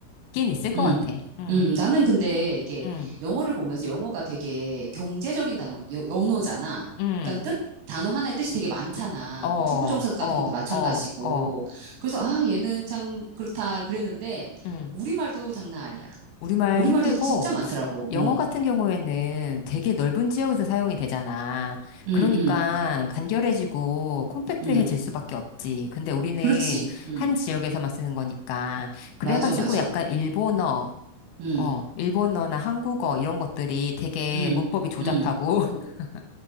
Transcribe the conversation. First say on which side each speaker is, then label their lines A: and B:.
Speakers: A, on the left; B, on the right.
A: 있긴 있을 것
B: 응.
A: 같아. 응,
B: 음, 나는
A: 응,
B: 근데 이게
A: 응,
B: 영어를 보면서 영어가 되게 경제적인 단어, 여- 언어잖아.
A: 응.
B: 그러니까 뜻, 단어 하나의 뜻이 되게 많잖아.
A: 어,
B: 뭐 투부정사 같은
A: 어,
B: 것도 마찬가지고.
A: 어, 어,
B: 그래서 아, 얘는 참 그렇다 그랬는데
A: 응.
B: 우리말도 장난 아니야.
A: 우리말
B: 우리말도
A: 힘들고,
B: 진짜 많더라고.
A: 영어
B: 어.
A: 같은 경우에는 되게 넓은 지역에서 사용이 되잖아.
B: 음,
A: 그러니까
B: 음,
A: 간결해지고 콤팩트해질
B: 음.
A: 수밖에 없지. 근데 우리는
B: 그렇지. 음.
A: 한 지역에서만 쓰는 거니까. 그래가지고
B: 맞아, 맞아.
A: 약간 일본어,
B: 음,
A: 어, 일본어나 한국어 이런 것들이 되게
B: 음,
A: 문법이 조잡하고,
B: 음.
A: <laughs>